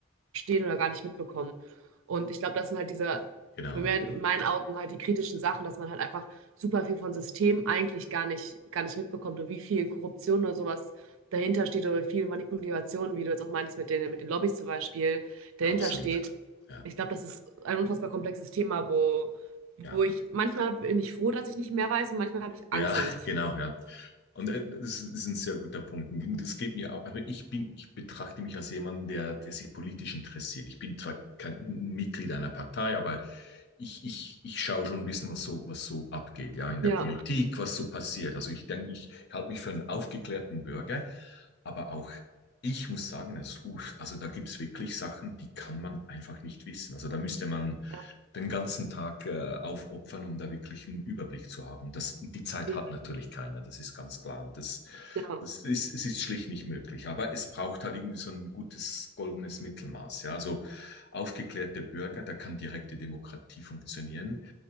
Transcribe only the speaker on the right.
verstehen oder gar nicht mitbekommen. Und ich glaube, das sind halt diese,
für mich
in meinen Augen halt die kritischen Sachen, dass man halt einfach super viel von System eigentlich gar nicht, gar nicht mitbekommt und wie viel Korruption oder sowas dahinter steht oder wie viel Manipulation, wie du jetzt auch meintest, mit den, mit den Lobbys zum Beispiel, dahinter
steht.
Ich glaube, das ist ein unfassbar komplexes Thema, wo, wo
ich manchmal bin ich froh, dass ich nicht mehr weiß und manchmal habe ich
Angst, dass
ich nicht
Ja,
ja,
mhm,
ja,